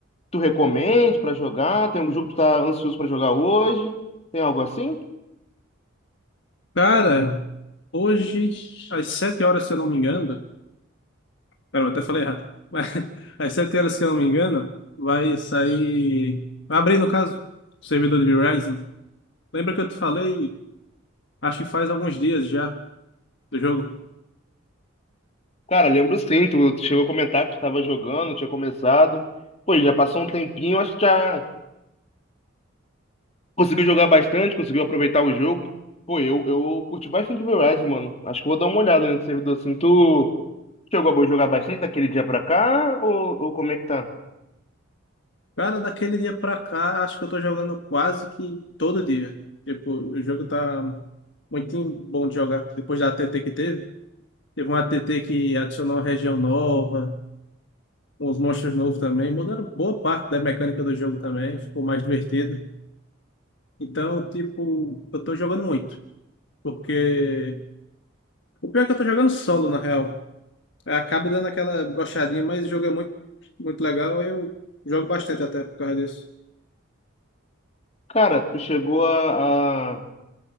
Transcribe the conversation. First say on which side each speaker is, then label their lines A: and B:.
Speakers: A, on the left; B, on the left.
A: tu recomende pra jogar? Tem algum jogo que tu tá ansioso pra jogar hoje? Tem algo assim?
B: Cara, hoje, às sete horas, se eu não me engano, pera, eu até falei errado, mas <laughs> às sete horas, se eu não me engano, vai sair, vai abrir, no caso, o servidor de Verizon. Lembra que eu te falei, acho que faz alguns dias já, do jogo?
A: Cara, lembro sim, tu chegou a comentar que tu tava jogando, tinha começado. Pô, já passou um tempinho, acho que já. Conseguiu jogar bastante, conseguiu aproveitar o jogo. Pô, eu, eu curti bastante o Verizon, mano. Acho que vou dar uma olhada nesse servidor assim. Tu chegou a jogar bastante daquele dia pra cá? Ou, ou como é que tá?
B: Cara, daquele dia pra cá, acho que eu tô jogando quase que todo dia. Tipo, o jogo tá muito bom de jogar. Depois da ATT que teve, teve uma ATT que adicionou uma região nova, uns monstros novos também, mudaram boa parte da mecânica do jogo também, ficou mais divertido. Então, tipo, eu tô jogando muito, porque o pior é que eu tô jogando solo, na real. Acaba dando aquela brochadinha, mas o jogo é muito, muito legal, eu jogo bastante até por causa disso.
A: Cara, tu chegou a, a